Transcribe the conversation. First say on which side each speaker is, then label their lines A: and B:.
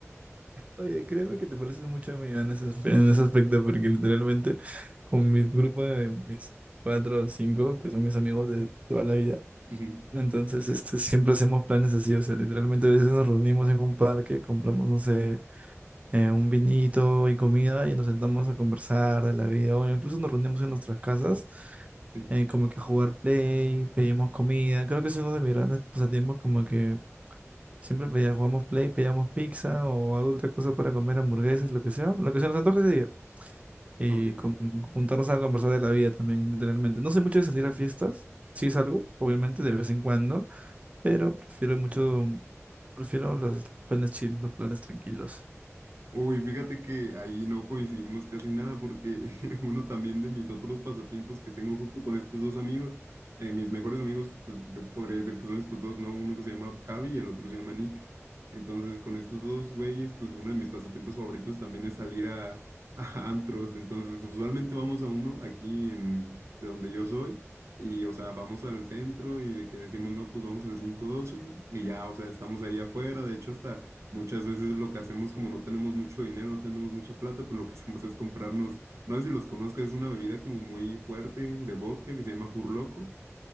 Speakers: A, on the right; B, on the right.
A: Oye, créeme que te pareces mucho a mí en ese, aspe- en ese aspecto, porque literalmente con mi grupo de mis cuatro o cinco, que son mis amigos de toda la vida,
B: Ujú,
A: entonces este, siempre hacemos planes así, o sea, literalmente a veces nos reunimos en un parque, compramos, no sé, eh, un vinito y comida y nos sentamos a conversar de la vida, o incluso nos reunimos en nuestras casas,
B: Sí,
A: eh, como que a jugar play, pedimos comida, creo que eso es uno de mis grandes pasatiempos, como que Siempre pedía- jugamos Play, pedíamos pizza o alguna otra cosa para comer hamburguesas, lo que sea, lo que se nos antoje ese día. Y
B: ok.
A: con- juntarnos a conversar de la vida también, literalmente. No soy mucho de salir a fiestas, sí salgo, obviamente, de vez en cuando, pero prefiero mucho, prefiero los, los planes chill, los planes tranquilos.
B: Uy, fíjate que ahí no coincidimos casi nada porque <laughs> uno también de mis otros pasatiempos que tengo justo con estos dos amigos, eh, mis mejores amigos, pues yo podría decir que son estos dos, ¿no? Uno que se llama Javi y el otro se llama Nick. Entonces, con estos dos güeyes, pues uno de mis pasatiempos favoritos también es salir a, <laughs> a antros. Entonces, usualmente vamos a uno aquí en, de donde yo soy. Y, o sea, vamos al centro y de que decimos, no, pues vamos al cinco doce y ya, o sea, estamos ahí afuera. De hecho, hasta... Muchas veces lo que hacemos, como no tenemos mucho dinero, no tenemos mucha plata, pues lo que <laughs> hacemos es comprarnos, no sé si los conozcas, es una bebida como muy fuerte de vodka que se llama Furloco.